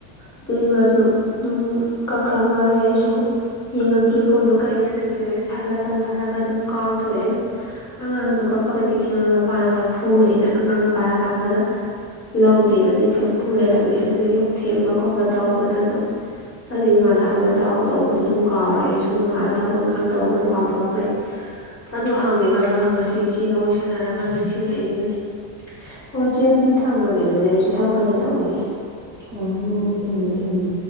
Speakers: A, on the left; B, on the right.
A: ꯑꯗꯨ ꯏꯃꯥꯁꯨ ꯑꯗꯨꯝ ꯀꯛꯈ꯭ꯔ ꯃꯥꯜꯂꯦ ꯑꯩꯁꯨ ꯌꯦꯡꯉꯝꯗ꯭ꯔꯦ ꯐꯣꯟꯗꯣ ꯀꯔꯤꯩꯅ ꯀꯩꯗꯧꯔ ꯑꯩꯁꯨ ꯍꯜꯂ ꯇꯧꯒꯦ ꯈꯜꯂꯒ ꯑꯗꯨꯝ ꯀꯥꯎꯊꯣꯛꯑꯦ ꯑꯗꯨꯝ ꯑꯉꯥꯡꯗꯣ ꯀꯞꯄꯒꯩꯒꯤ ꯊꯦꯡꯉꯝꯃ ꯅꯨꯄꯥꯅ ꯈꯔ ꯐꯨꯔꯣꯏꯏꯅ ꯑꯉꯥꯡ ꯅꯨꯄꯥꯔꯥ ꯇꯥꯛꯄꯗ ꯂꯧ ꯗꯒꯤ ꯐꯨ ꯂꯩꯔꯝꯃꯦ ꯑꯗꯨꯗꯒꯤ ꯊꯦꯝꯕ ꯈꯣꯠꯄ ꯇꯧꯕꯗ ꯑꯗꯨꯝ ꯑ ꯃꯥꯗꯍꯜꯗꯎ ꯇꯧꯕꯗꯣ ꯑꯗꯨꯝ ꯀꯥꯎꯔꯦ ꯑꯩꯁꯨ ꯅꯣꯡꯉꯥꯂꯗ ꯊꯕꯛ ꯏꯪꯈꯥꯡ ꯇꯧꯕ ꯑꯗꯨꯝ ꯀꯥꯎꯊꯣꯛꯈ꯭ꯔꯦ ꯑꯗꯣ ꯍꯪꯉꯦ ꯈꯜꯂꯒ ꯉꯁꯤ ꯙꯆꯦꯜ ꯋꯥꯔꯤꯁꯥꯟꯅꯔꯀꯥꯟꯗ ꯅꯤꯡꯁꯤꯡ ꯉꯛꯏꯁꯤꯅꯤ꯫ ꯑꯣ ꯆꯦ ꯑꯗꯨꯗꯤ ꯊꯝꯃꯒꯦ ꯑꯗꯨꯗꯤ ꯊꯕꯛ ꯀꯩꯀꯩ ꯇꯧꯒꯤꯒꯦ꯫
B: ꯑꯥ ꯍꯣꯢ ꯍꯣꯢ ꯊꯝꯃꯣ ꯊꯝꯃꯣ꯫